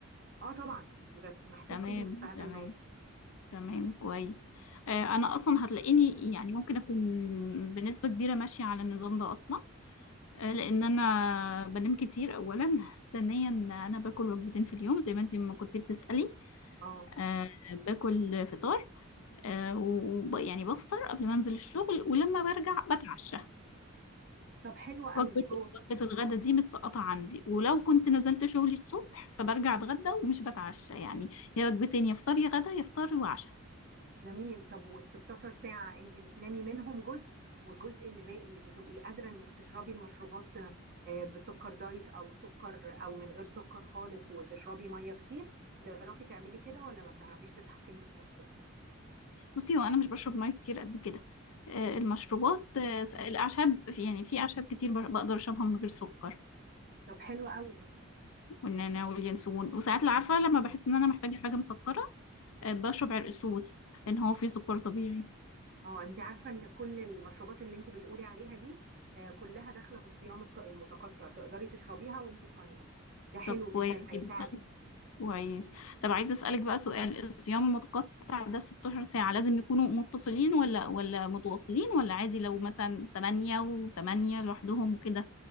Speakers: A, on the right; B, on the left.
A: اه طبعا يبقى محسوب
B: تمام
A: فيهم ساعات
B: تمام
A: النوم
B: تمام كويس أه انا اصلا هتلاقيني يعني ممكن اكون بنسبه كبيره ماشيه على النظام ده اصلا آه، لان انا بنام كتير اولا ثانيا انا باكل وجبتين في اليوم زي ما انت ما كنتي بتسألي
A: اه
B: آه، باكل فطار آه، وب- يعني بفطر قبل ما انزل الشغل ولما برجع بتعشى
A: طب حلو قوي
B: وجبة
A: هو
B: وجبة الغدا دي متسقطة عندي ولو كنت نزلت شغلي الصبح فبرجع اتغدى ومش بتعشى يعني يا وجبتين يا فطار يا غدا يا فطار وعشاء
A: جميل طب وال 16 ساعة انت بتنامي منهم جزء والجزء اللي باقي بتبقي قادرة انك تشربي المشروبات آه، بسكر دايت او سكر او من غير سكر خالص وتشربي مية كتير بتعرفي تعملي كده ولا ما بتعرفيش تتحكمي في نفسك
B: بصي هو انا مش بشرب ميه كتير قد كده آه، المشروبات آه، الاعشاب في- يعني في اعشاب كتير بر- بقدر اشربها من غير سكر
A: طب حلو قوي
B: والنعناع واليانسون وساعات لو عارفة لما بحس ان انا محتاجة حاجة مسكرة آه، بشرب عرق سوس لان هو فيه سكر طبيعي
A: اه انت عارفه ان كل المشروبات اللي انت بتقولي عليها دي آه، كلها داخله في الصيام الت- المتقطع تقدري تشربيها وانت صايمه ده حلو
B: طب كويس
A: جدا هيساعدك
B: جدا كويس طب عايزة اسألك بقى سؤال الصيام المتقطع ده 16 ساعة لازم يكونوا متصلين ولا ولا متواصلين ولا عادي لو مثلا 8 و8 لوحدهم وكده